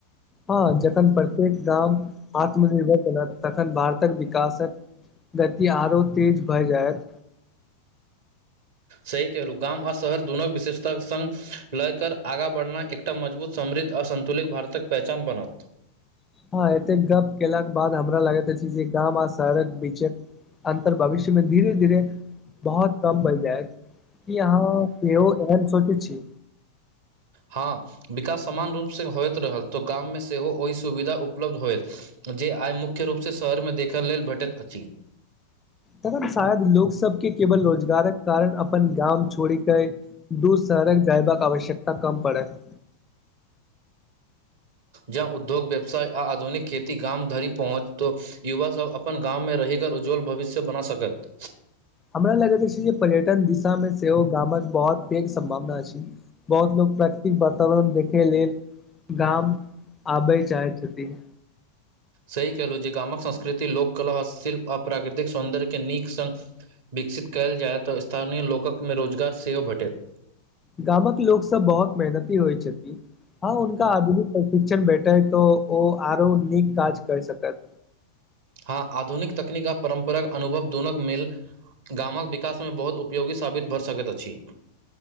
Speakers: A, on the left; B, on the right.
A: हँ जखन प्रत्येक गाम आत्मनिर्भर तखन भारतक विकासक गति आरो तेज भऽ जायत
B: सही कहलूँ गाम आ शहर दुनू विशेषता संग लयकर आगाँ बढ़ना एक एकटा मजबूत समृद्ध आसन्तुलित भारतक पहचान बनत
A: हँ एते गप केलाक के बाद हमरा लागैत अछि जे गाँव आ शहरक बीचक अन्तर भविष्य मे धीरे धीरे बहुत कम बन जाय की अहाँ केओ एहन सोचै छी
B: हँ विकास समान रूपसँ होइत रहल तऽ गाममे सेहो ओहि सुविधा उपलब्ध होयत जे आइ मुख्य रूप से शहर मे देखय लेल भेटैत अछि
A: तखन शायद लोक सबके केवल रोजगारक कारण अपन गाम छोड़ के दूर सहरक जाायबे आवश्यकता कम पड़त
B: जह उद्योग व्यवसाय आ आधुनिक खेती गाम धरि पहुँचत युवा सभ अपन गामवमे रहि कर उज्ज्वल भविष्य बना सकैत
A: हमरा लगैत अछि जे पर्यटन दिशा मे सेहो गामक बहुत पैघ सम्भावना छै बहुत लोक प्राकृतिक वातावरण देखे लेल गाम आबै चाहै छथिन
B: सही कलहुँ जे गामक संस्कृति लोककला ह्त शिल्प आ प्राकृतिक सौन्दर्यके नीक सङ्ग विकसित कयल जाय तऽ स्थानीय लोकक मे रोजगार सेहो भेटत
A: गामक लोक सब बहुत मेहनती होइ छथिन हँ उनका आधुनिक प्रशिक्षण भेठे ह तो ओ आरो नीक काज कर सकत
B: हँ आधुनिक तकनीक आ परम्पराक अनुभव दोनोक मेल गामक विकासमे बहुत उपयोगी साबित भऽ सकैत अछि